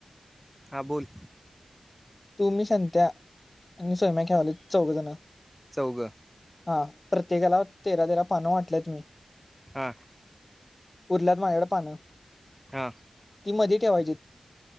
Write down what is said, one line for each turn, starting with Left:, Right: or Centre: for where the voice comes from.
Centre: आ बोल
Left: तु मी संत्या आणि सोम्या खेळायलो चौघं जण
Centre: चौघं
Left: हा प्रत्येकाला तेरा तेरा पानं वाटलेत मी
Centre: हा
Left: उरल्यात माझ्याकड पानं
Centre: हा
Left: ती मध्ये ठेवायची.